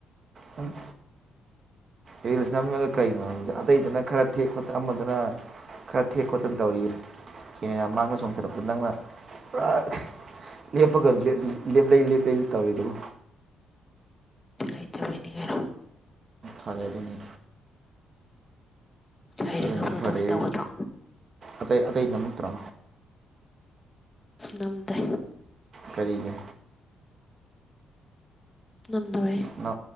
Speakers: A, on the right; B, on the left.
A: ꯍꯨꯡ ꯔꯤꯜꯁ ꯅꯝꯃꯒ ꯀꯩꯅꯣ ꯑꯇꯩꯗꯅ ꯈꯔ ꯊꯦꯛ ꯈꯣꯠꯇ ꯑꯃꯗꯅ ꯈꯔ ꯊꯦꯛ ꯈꯣꯠꯇꯅ ꯇꯧꯔꯤꯌꯦ ꯀꯦꯃꯦꯔꯥ ꯃꯥꯡꯗ ꯆꯣꯡꯊꯔꯛꯄ ꯅꯪꯅ ꯑꯥꯛ ꯂꯦꯞꯄꯒ ꯂꯦꯞ ꯂꯦꯞꯂꯩ ꯂꯦꯞꯄ ꯂꯩꯅ ꯇꯧꯔꯤꯗꯨꯕꯣ
B: ꯍꯩꯇꯕꯩꯅꯤ ꯀꯩꯅꯣ
A: ꯐꯥꯔꯦ ꯑꯗꯨꯅꯤ
B: ꯍꯩꯔꯒꯕꯨ
A: ꯑꯗꯨꯅꯤ
B: ꯑꯗꯨꯃꯥꯏ
A: ꯐꯔꯦ
B: ꯇꯧꯒꯗ꯭ꯔꯣ
A: ꯑꯇꯩ ꯑꯇꯩ ꯅꯝꯇꯔꯣ
B: ꯅꯝꯗꯦ꯫
A: ꯀꯔꯤꯒꯤ
B: ꯅꯝꯗꯕꯩ
A: ꯅ